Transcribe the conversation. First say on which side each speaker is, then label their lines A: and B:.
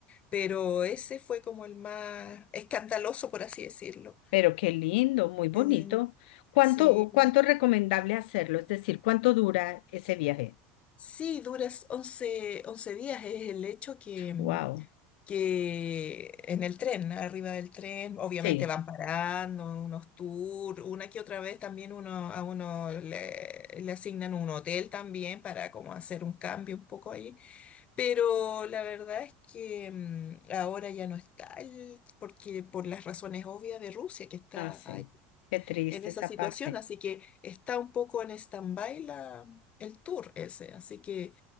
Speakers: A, on the left (about 25°); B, on the left (about 80°).
A: Pero ese fue como el más escandaloso, por así decirlo.
B: Pero qué lindo, muy bonito.
A: Eh,
B: ¿Cuánto,
A: sí,
B: cuánto es recomendable hacerlo? Es decir, ¿cuánto dura ese viaje?
A: sí, duras once once días es el hecho que,
B: Wow,
A: que en el tren, arriba del tren, obviamente
B: sí,
A: van parando unos tours, una que otra vez también uno, a uno le, le asignan un hotel también para como hacer un cambio un poco ahí. Pero la verdad es que mm, ahora ya no está, el- porque por las razones obvias de Rusia, que está
B: ah, sí. Qué triste
A: en esa
B: esa
A: situación,
B: parte.
A: así que está un poco en stand-by la, el tour ese, así que